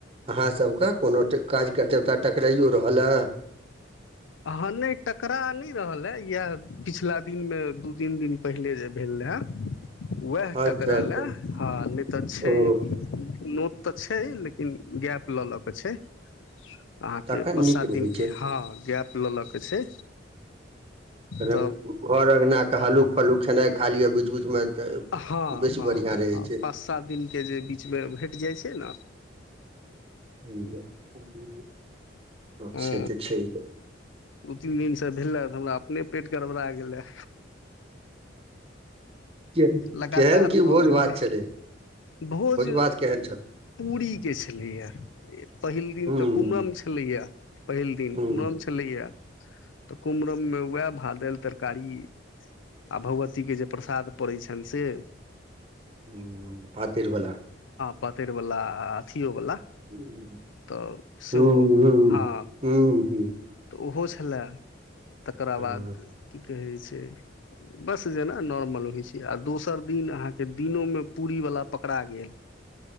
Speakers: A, on the right (about 30°); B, on the left (about 80°).
A: अहाँसभके कोनो काज कर देवता टकराइयओ रहल हए
B: ह नहि टकरा नहि रहल हए इएह पिछिला दिनमे दू तीन दिन पहिले जे भेल रहै हे उएह
A: अच्छा
B: टक लए
A: अच्छा
B: ह नहि तऽ छै
A: ओ
B: नत तऽ छै लेकिन गैप लऽ लऽ के छै अहाँके
A: तखन
B: पांच
A: नीक
B: सात
A: रहै
B: दिन के
A: छै
B: हँ गैप ल ल के छै
A: कने
B: त
A: घर अङ्गना के हल्लुक फल्लुक खेनाइ खा लिअ बीच बीच मे तऽ
B: हं‌
A: बेसी
B: हं
A: बढ़िआँ रहै
B: हं
A: छै
B: पांच सात दिन के भेट जाय छै न
A: हँ
B: हँ
A: से तऽ छैहे
B: दू तीन दिनसँ भेलै तऽ हमरा अपने पेट गड़बड़ा गेलै
A: के-
B: लगातार
A: केहन की
B: भऽ
A: भोज
B: गेलै
A: भात छलै
B: भोज
A: भात केहन छल
B: पूरी के छलैया पहिल दिन
A: हूं
B: तऽ कुम्हम छलैया पहिल दिन
A: हूं
B: कुम्हम छलैया तऽ कुम्रममे उएह भात दालि तरकारी आ भगवतीके जे प्रसाद पड़ैत छनि से
A: ह पातर बला
B: पातर वला पियओ वला
A: हूं
B: तऽ सेहो
A: हूं
B: हँ
A: हूं हूं
B: तऽ ओहो छलय तकरा
A: हँ
B: बाद की कहे छै ब जेना नॉर्मल होइ छै दोसर दिन अह दिन पूरी व पकड़ा गेल